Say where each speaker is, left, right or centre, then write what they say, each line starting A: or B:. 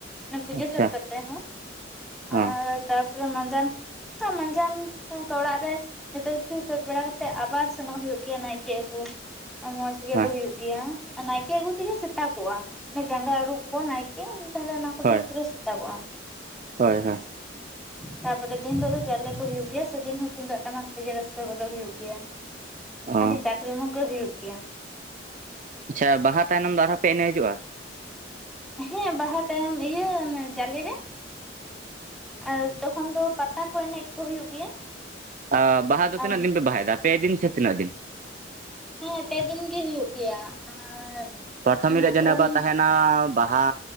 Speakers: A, in the centre; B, on the right.
A: ᱚᱱᱟ ᱯᱩᱡᱟᱹ
B: ᱟᱪᱪᱷᱟ
A: ᱥᱟᱹᱛ ᱠᱟᱛᱮ ᱦᱚᱸ
B: ᱚ
A: ᱟᱨ ᱯᱩᱨᱟᱹ ᱢᱟᱸᱡᱟᱱ ᱛᱚ ᱢᱟᱸᱡᱟᱱ ᱚᱱᱠᱟ ᱚᱲᱟᱜ ᱨᱮ ᱡᱚᱛᱚ ᱠᱤᱪᱷᱩ ᱥᱟᱹᱛ ᱵᱟᱲᱟ ᱠᱟᱛᱮᱫ ᱟᱵᱟᱨ ᱥᱮᱱᱚᱜ ᱦᱩᱭᱩᱜ ᱜᱮᱭᱟ ᱱᱟᱭᱠᱮ ᱟᱹᱜᱩ ᱢᱚᱸᱡ ᱜᱮ
B: ᱦᱳᱭ
A: ᱫᱚ ᱦᱩᱭᱩᱜ ᱜᱮᱭᱟ ᱱᱟᱭᱠᱮ ᱟᱹᱜᱩ ᱛᱤᱜᱤ ᱥᱮᱛᱟᱜᱚᱜᱼᱟ ᱡᱟᱸᱜᱟ ᱟᱹᱨᱩᱵᱽ ᱠᱚ ᱱᱟᱭᱠᱮ ᱛᱟᱦᱚᱞᱮ ᱚᱱᱟ
B: ᱦᱳᱭ
A: ᱯᱩᱨᱟᱹ ᱥᱮᱛᱟᱜᱚᱜᱼᱟ
B: ᱦᱳᱭ ᱦᱳᱭ
A: ᱛᱟᱯᱚᱨᱮ ᱫᱤᱱ ᱦᱤᱞᱳᱜ ᱜᱤ ᱡᱟᱞᱮ ᱠᱚ ᱦᱩᱭᱩᱜ ᱜᱮᱭᱟ ᱥᱮ ᱫᱤᱱ ᱦᱚᱸ ᱛᱩᱢᱫᱟᱜ ᱴᱟᱢᱟᱠ ᱛᱮᱜᱮ ᱨᱟᱹᱥᱠᱟᱹ ᱠᱚᱫᱚ ᱦᱩᱭᱩᱜ ᱜᱮᱭᱟ
B: ᱚ
A: ᱟᱰᱤ ᱡᱟᱠᱡᱚᱢᱚᱠ ᱜᱮ ᱦᱩᱭᱩᱜ ᱜᱮᱭᱟ
B: ᱟᱪᱪᱷᱟ ᱵᱟᱦᱟ ᱛᱟᱭᱱᱚᱢ ᱫᱚ ᱟᱨᱦᱚᱸ ᱯᱮ ᱮᱱᱮᱪ ᱦᱤᱡᱩᱜᱼᱟ
A: ᱦᱮᱸ ᱵᱟᱦᱟ ᱛᱟᱭᱚᱢ ᱤᱭᱟᱹ ᱡᱟᱞᱮ ᱨᱮ ᱟᱨ ᱛᱚᱠᱷᱚᱱ ᱫᱚ ᱯᱟᱛᱟ ᱠᱚ ᱮᱱᱮᱡ ᱠᱚ ᱦᱩᱭᱩᱜ ᱜᱮᱭᱟ
B: ᱟ... ᱵᱟᱦᱟ ᱫᱚ
A: ᱦᱮᱸ
B: ᱛᱤᱱᱟᱹᱜ ᱫᱤᱱ ᱯᱮ ᱵᱟᱦᱟᱭᱮᱫᱟ ᱯᱮ ᱫᱤᱱ ᱥᱮ ᱛᱤᱱᱟᱹᱜ ᱫᱤᱱ
A: ᱦᱮᱸ ᱯᱮ ᱫᱤᱱ ᱜᱮ ᱦᱩᱭᱩᱜ ᱜᱮᱭᱟ ᱟᱨ
B: ᱯᱚᱨᱛᱷᱚᱢ
A: ᱚᱱᱟ
B: ᱦᱤᱞᱳᱜ ᱡᱮᱱᱚ
A: ᱛᱚ ᱩᱢ
B: ᱵᱟ ᱛᱟᱦᱮᱱᱟ ᱵᱟᱦᱟ